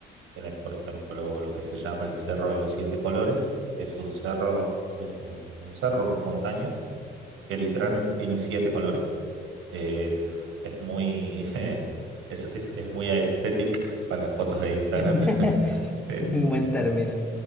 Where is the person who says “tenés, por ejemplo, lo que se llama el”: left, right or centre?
Right